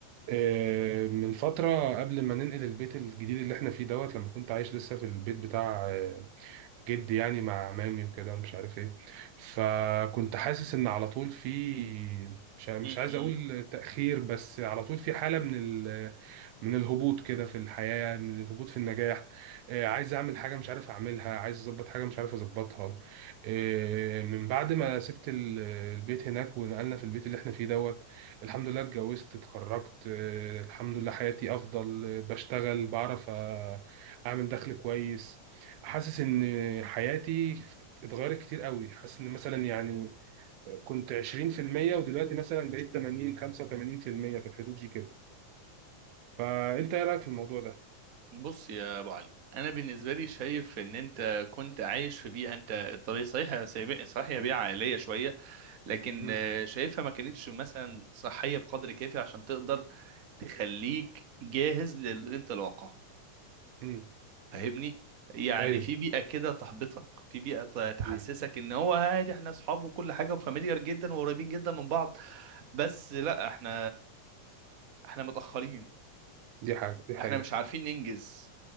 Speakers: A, on the right (about 80°); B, on the right (about 55°).
A: آه، من فترة قبل ما ننقل البيت الجديد اللي احنا فيه دوت لما كنت عايش لسه في البيت بتاع آه، جدي يعني مع مامي وكده ومش عارف ايه فكنت حاسس ان على طول في مش ع- مش
B: مم،
A: عايز
B: مم.
A: اقول تأخير بس على طول في حالة من ال... من الهبوط كده في الحياة من الهبوط في النجاح آه، عايز اعمل حاجة مش عارف اعملها عايز اظبط حاجة مش عارف اظبطها آه، من بعد ما سبت ال- البيت هناك ونقلنا في البيت اللي احنا فيه دوت الحمد لله اتجوزت اتخرجت آه، الحمد لله حياتي افضل آه، بشتغل بعرف آه، اعمل دخل كويس حاسس ان حياتي اتغيرت كتير قوي حاسس ان مثلا يعني كنت 20% ودلوقتي مثلا بقيت 80 85% في المية في الحدود دي كده فانت ايه رايك في الموضوع ده
B: بص يا ابو علي انا بالنسبه لي شايف ان انت كنت عايش في بيئه انت طبيعي صحيح سيب- صحيح هي بيئه عائليه شويه لكن
A: امم
B: آه، شايفها ما كانتش مثلا صحيه بقدر كافي عشان تقدر تخليك جاهز للانطلاقه
A: امم
B: فاهمني يعني
A: ايوه
B: في بيئة كده تحبطك في بيئة ت- تحسسك
A: مم.
B: ان هو عادي احنا اصحاب وكل حاجة وفاميليار جدا وقريبين جدا من بعض بس لا احنا احنا متأخرين
A: دي حاجه دي حقيقه
B: احنا مش عارفين ننجز